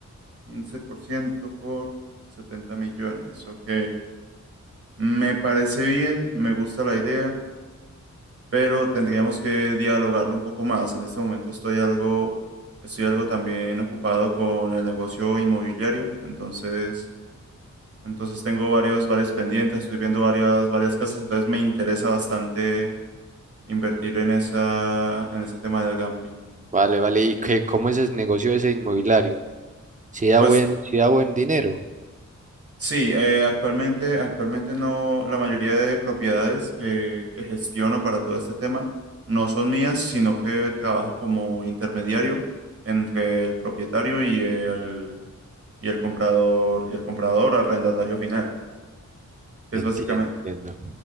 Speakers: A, on the right (about 50°); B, on the right (about 25°).
A: quince por ciento por 70 millones. Ok. Me parece bien, me gusta la idea. pero tendríamos que dialogarlo un poco más. En este momento estoy algo, estoy algo también ocupado con el negocio inmobiliario, entonces, entonces tengo varios, varios pendientes, estoy viendo varias, varias casas, entonces me interesa bastante invertir en esa, en ese tema del gambling.
B: Vale, vale. ¿Y qué, cómo es el negocio ese inmobiliario? Si da
A: Pues
B: buen, si da buen dinero.
A: Sí, eh, actualmente, actualmente no, la mayoría de propiedades que, que gestiono para todo este tema no son mías, sino que trabajo como intermediario entre el propietario y el, y el comprador, y el comprador arrendatario final, que
B: Entiendo,
A: es básicamente,
B: entiendo.